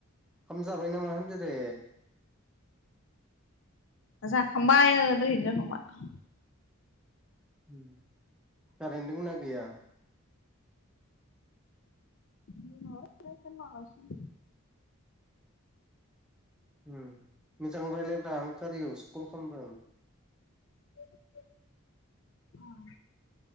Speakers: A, in the centre; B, on the left (about 60°).
A: हामजाबाय नामा होनदो दे?
B: जाखांबाय ओ दोहैनो जाखांबाय।
A: उम खारेन दोंना गैया?
B: दोङो नै फेन लागासिनो।
A: उम मोजां रायलायब्रा आं कारियायावसो कल खामदों।
B: <unintelligible>